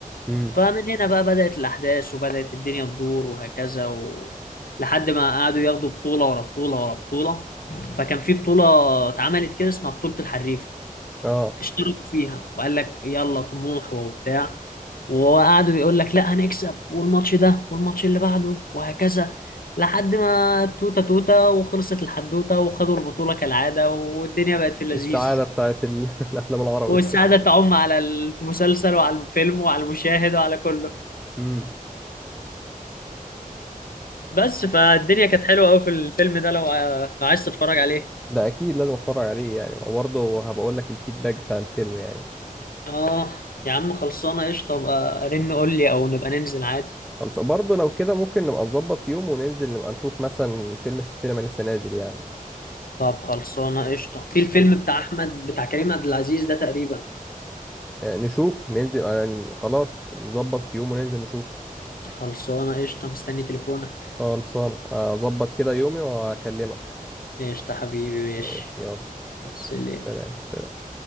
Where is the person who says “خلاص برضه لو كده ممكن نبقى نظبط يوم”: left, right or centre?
Centre